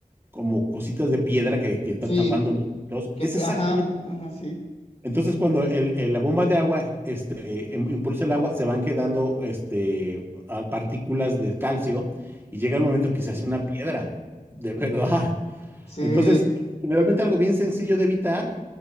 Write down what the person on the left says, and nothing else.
Sí.
Que,
pe-
ajá, ajá, sí.
Ok.
Sí,